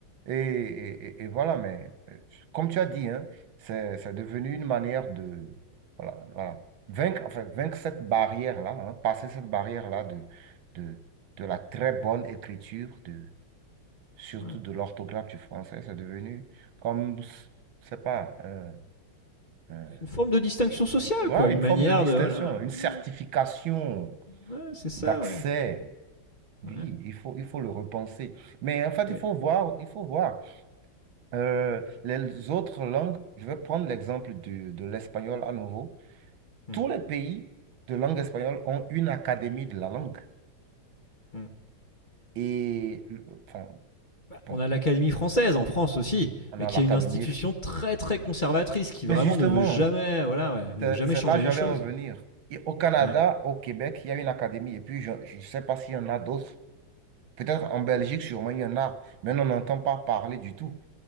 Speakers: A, on the right; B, on the left.
A: Et, et- et- et voilà, mais euh, comme tu as dit, hein, c'est, c'est devenu une manière de, voilà, voilà, vaincre, enfin, vaincre cette barrière-là, hein, passer cette barrière-là de, de, de la très bonne écriture, de, surtout
B: Ouais.
A: de l'orthographe du français, c'est devenu comme, je sais pas, un- un-
B: Une forme de distinction sociale,
A: ouais,
B: quoi. Une
A: une
B: manière
A: forme de distinction,
B: de. Voilà.
A: une
B: mmh,
A: certification
B: Ouais, c'est ça,
A: d'accès.
B: ouais.
A: Oui,
B: Ouais.
A: il faut, il faut le repenser. Mais en fait,
B: Mais.
A: il faut voir, il faut voir. Euh, les autres langues, je vais prendre l'exemple du- de l'espagnol à nouveau.
B: Mm,
A: Tous les pays de langue espagnole ont une académie de la langue.
B: mm.
A: Et enfin,
B: bah,
A: bon,
B: On a l'Académie française en France aussi,
A: on
B: mais
A: a
B: qui
A: l'académie.
B: est une institution très très conservatrice qui vraiment
A: Mais justement,
B: ne veut jamais, voilà, ouais, ne
A: c'est
B: veut jamais
A: c'est
B: changer
A: là que
B: les
A: j'allais
B: choses.
A: en venir. Et au Canada,
B: Ouais.
A: au Québec, il y a une académie. Et puis, je ne sais pas s'il y en a d'autres. Peut-être en Belgique, sûrement, il y en a. Mais on n'entend pas parler du tout.